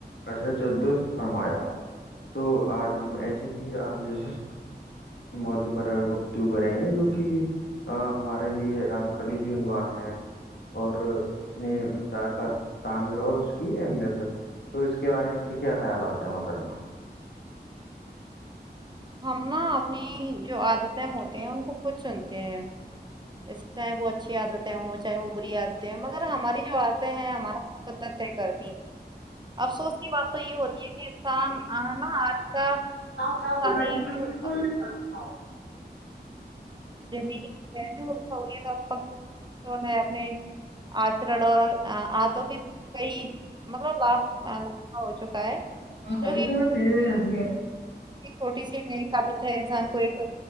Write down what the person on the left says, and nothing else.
اجے جو درست فرمایا تو آج ہم ایسے ہی اپتجیسے موضوع پر گپتیو کریں جو کہ ہ ہمارے لیے ہ خلیدی عنوان ہے اور اس نے مقدار کا تعمیر اور اس کی اہمیت تو اس کے ارے میں پھر کی کیا خیالات ہیں موحترما
کا
سبیک
<unintelligible>
کبھی
تو میں <unintelligible> ول ہج